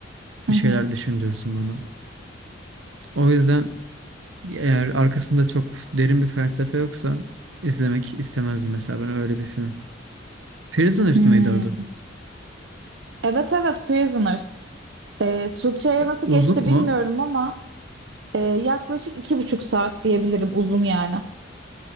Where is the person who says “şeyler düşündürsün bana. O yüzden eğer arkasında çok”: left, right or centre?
Right